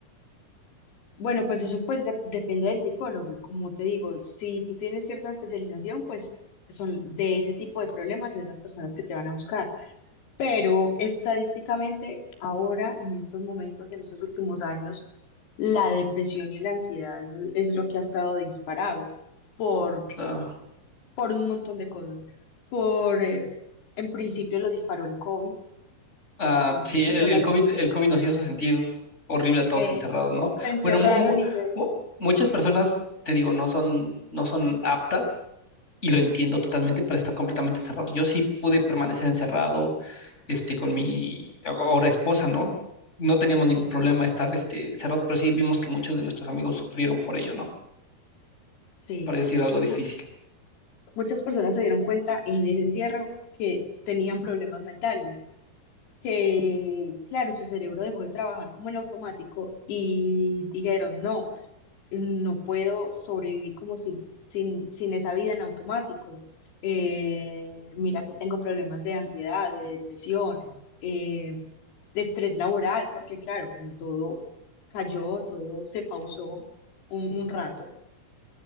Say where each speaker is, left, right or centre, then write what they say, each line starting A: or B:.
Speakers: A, on the left; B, on the left.
A: Bueno, pues eso pues de- depende del psicólogo. Como te digo, si tú tienes cierta especialización, pues son de ese tipo de problemas es las personas que te van a buscar. pero estadísticamente ahora, en estos momentos, en estos últimos años, la depresión y la ansiedad es, es lo que ha estado disparado por,
B: Claro.
A: por un montón de cosas. Por, eh, en principio lo disparó el COVID,
B: Ah,
A: que muchas
B: sí,
A: personas
B: el, el COVID, el COVID nos hizo sentir horrible a todos
A: eh,
B: encerrados,
A: se
B: ¿no?
A: se encerraron
B: Bueno, mu- mu-
A: y se...
B: mu- muchas personas, te digo, no son, no son aptas y lo entiendo totalmente para estar completamente encerrados. Yo sí pude permanecer encerrado, este, con mi ahora esposa, ¿no? No teníamos
A: Sí,
B: ningún problema de estar, este, cerrados, pero sí vimos que muchos de nuestros amigos sufrieron por ello, ¿no?
A: sí.
B: Para decir algo difícil,
A: Mu- Muchas personas se dieron cuenta en ese encierro que tenían problemas mentales. que, claro, su cerebro dejó de trabajar como en automático y dijeron, no, no puedo sobrevivir como sin, sin, sin esa vida en automático. Eh, mira que tengo problemas de ansiedad, de depresión, eh, de estrés laboral, porque claro, como todo cayó, todo se pausó un, un rato,